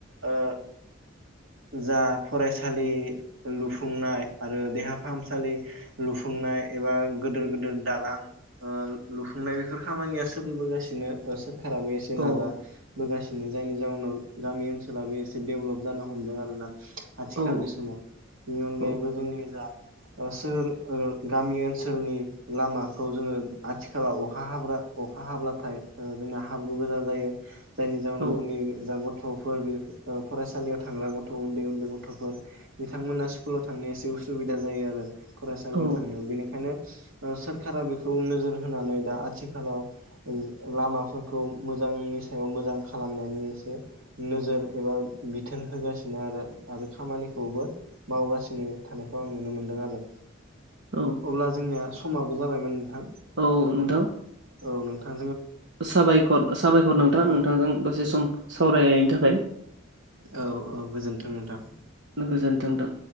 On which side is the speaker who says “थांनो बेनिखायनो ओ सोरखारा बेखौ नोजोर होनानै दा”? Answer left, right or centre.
Right